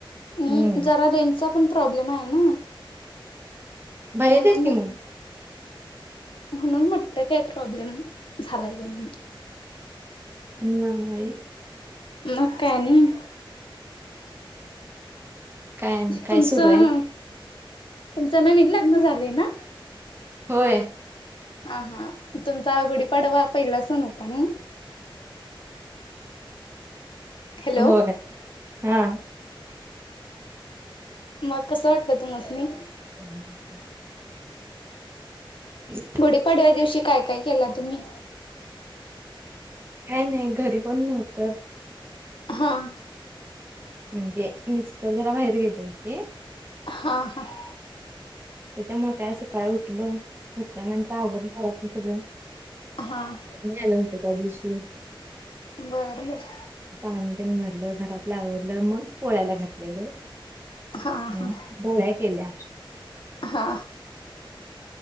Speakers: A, on the left; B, on the right.
A: आणि
B: हम्म
A: जरा रेंजचा पण प्रॉब्लेम आहे ना?
B: बाहेर
A: म्हणून
B: या कि
A: म्हटलं
B: मग.
A: म्हणून म्हटलं काय प्रॉब्लेम झालाय का म्हणून.
B: नाही.
A: मग काय आणि?
B: काय आणि काय
A: तुमचं,
B: सुरू आहे
A: तुमचं नवीन लग्न झालंय ना?
B: होय.
A: हा हा तुमचा गुढीपाडवा पहिला सण होता न? हॅलो
B: होय हा.
A: मग कसं वाटत तुम्हासनी?
B: <inaudible> <inaudible>
A: गुढीपाडव्या दिवशी काय काय केला तुम्ही?
B: काय नाही घरी कोण नव्हतं.
A: हां.
B: म्हणजे मिस्टर जरा बाहेर गेले होते.
A: हां हां.
B: त्याच्यामुळे काय सकाळी उठलो त्याच्या नंतर आवरलं घरातलं सगळं.
A: हां.
B: मी आले होते त्या दिवशी.
A: बरं बर.
B: पाणी ते न भरलं, घरात आवरलं मग पोळ्याला घातलेलं.
A: हा
B: हम्म
A: हा
B: पोळ्या केल्या.
A: हा.